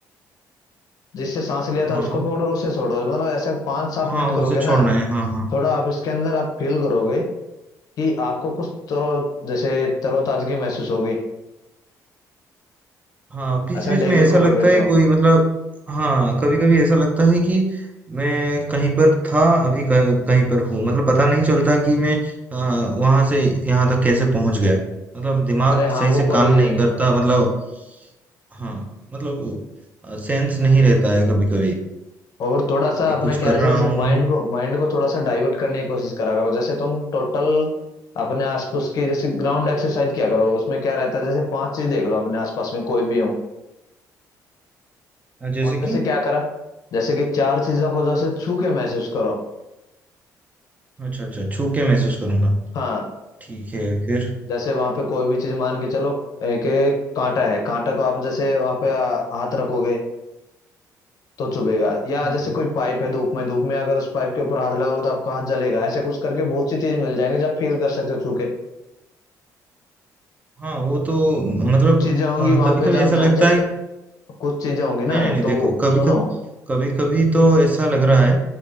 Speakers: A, on the left; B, on the right.
A: जिससे सांस लिया था
B: हाँ
A: उसको पकड़ो और उससे छोड़ो मतलब ऐसा पाँच सात
B: हाँ
A: मिनट
B: हाँ, उसे
A: करोगे ना
B: छोड़ना है हाँ हाँ
A: थोड़ा आप इसके अंदर आप फील करोगे कि आपको कुछ तो जैसे तरोताजगी महसूस होगी
B: हाँ बीच
A: ऐसा
B: बीच
A: डेली
B: में ऐसा
A: करोगे
B: लगता है
A: तो
B: कोई मतलब हाँ कभी कभी ऐसा लगता है कि मैं कहीं पर था अभी कह- कहीं पर हूँ मतलब पता नहीं चलता कि मैं आ, वहां से यहाँ तक कैसे पहुंच गया मतलब दिमाग
A: अरे हाँ
B: सही
A: वो
B: से
A: कोई
B: काम
A: चीज
B: नहीं
A: नहीं
B: करता मतलब हाँ मतलब सेंस नहीं रहता है कभी कभी
A: और थोड़ा सा
B: कि
A: अपने
B: कुछ
A: क्या
B: कर
A: रहता
B: रहा
A: है, जैसे
B: हूँ
A: माइंड को माइंड को थोड़ा सा डाइवर्ट करने की कोशिश करा करो जैसे तुम टोटल अपने आसपास की जैसे ग्राउंड एक्सरसाइज क्या करो उसमें क्या रहता है जैसे पांच चीज देख लो अपने आसपास में कोई भी हो
B: अ, जैसे
A: उनमें
B: कि
A: से क्या करा जैसे कि चार चीजों को जैसे छू के महसूस करो
B: अच्छा अच्छा छू के महसूस करूंगा
A: हाँ
B: ठीक है फिर
A: जैसे वहां पे कोई भी चीज मान के चलो एक एक कांटा है कांटा को आप जैसे वहां पे आ, हाथ रखोगे तो चुभेगा या
B: हाँ
A: जैसे
B: हाँ
A: कोई पाइप है धूप में धूप में अगर उस पाइप के ऊपर हाथ लगाओ तो आपका हाथ जलेगा ऐसे कुछ करके बहुत सी चीज मिल जाएंगे जब फील कर सकते हो छू के
B: हाँ वो तो म- मतलब
A: कुछ चीजें होंगी वहां
B: कभी
A: पे
B: कभी
A: जब
B: ऐसा
A: आप ध्यान
B: लगता
A: से
B: है
A: कुछ चीजें होंगी
B: नहीं
A: ना
B: नहीं नहीं
A: तो
B: देखो कभी
A: सुनो
B: कभी कभी कभी तो ऐसा लग रहा है